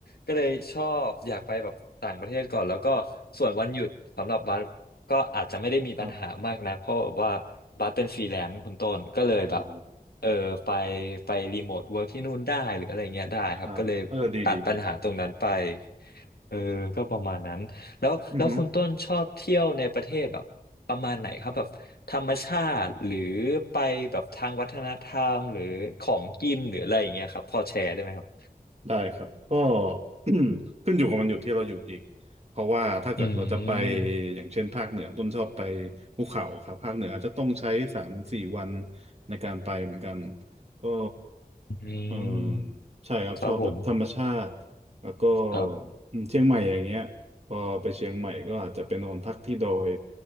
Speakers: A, on the left; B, on the right.
A: ก็เลยชอบอยากไปแบบต่างประเทศก่อนแล้วก็ส่วนวันหยุดสำหรับบัสก็อาจจะไม่ได้มีปัญหามากนะเพราะแบบว่าบัสเป็นฟรีแลนซ์คุณต้นก็เลยแบบ
B: ครับอ๋อ
A: เออไปไปรีโมทเวิร์กที่นู่นได้หรืออะไรเงี้ยได้ครับก็เลยตัดปัญหาตรงนั้นไป
B: ครับเออดีดีดี
A: เออก็ประมาณนั้นแล้วแล้วคุณต้นชอบเที่ยวในประเทศแบบประมาณไหนครับแบบธรรมชาติหรือ
B: อือฮึ
A: ไปแบบทางวัฒนธรรมหรือของกินหรืออะไรอย่างเงี้ยครับพอแชร์ได้ไหมครับ
B: ได้ครับก็ <clears throat> ขึ้นอยู่กับวันหยุดที่เราหยุดอีกเพราะว่าถ้าเกิดเราจะไป
A: อืม
B: อย่างเช่นภาคเหนือต้นชอบไปภูเขาครับภาคเหนืออาจจะต้องใช้สามสี่วันในการไปเหมือนกันก็
A: อื
B: เออ
A: ม
B: ใช่ครับชอบแบบธรรมชาติแล้วก็
A: ครับผมครับ
B: อืมเชียงใหม่อย่างเงี้ยพอไปเชียงใหม่ก็อาจจะไปนอนพักที่ดอย